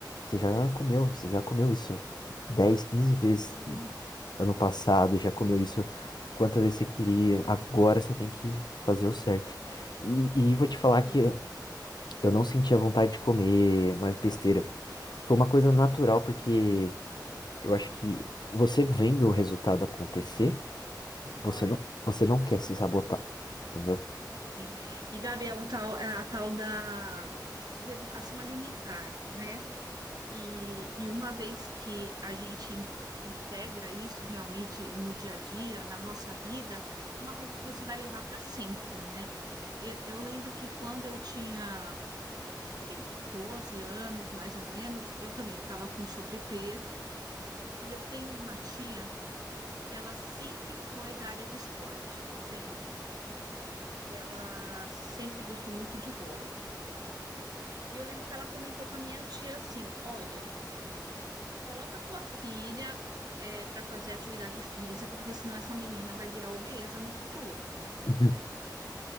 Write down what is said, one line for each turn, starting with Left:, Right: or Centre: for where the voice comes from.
Left: você já comeu, você já comeu isso 10, quinze vezes
Right: Uhum,
Left: ano passado, já comeu isso quantas vezes você queria, agora você tem que fazer o certo. E, e vou te falar
Right: Sim.
Left: que eu não sentia vontade de comer mais besteira. Foi uma coisa natural, porque eu acho que você vendo o resultado acontecer, você
Right: Claro,
Left: não, você não quer se sabotar, entendeu?
Right: sim. E, Gabi, é o tal, é a tal da reeducação alimentar, né? E, e uma vez que a gente in- integra isso realmente no dia a dia, na nossa vida, é uma coisa que você vai levar para sempre, né? Eu, eu lembro que quando eu tinha, acho que 12 anos, mais ou menos, eu também, eu estava com sobrepeso, e eu tenho uma tia que ela sempre foi da área de esporte, sempre. E ela sempre gostou muito de vôlei. E eu lembro que ela comentou com a minha tia assim: olha, coloca sua filha para fazer atividade física, porque senão essa menina vai virar obesa no futuro.
Left: <laughs>